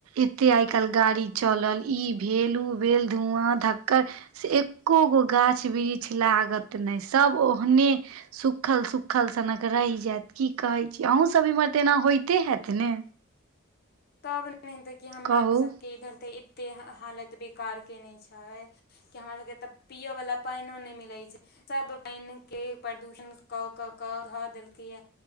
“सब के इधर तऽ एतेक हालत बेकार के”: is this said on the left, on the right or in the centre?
Left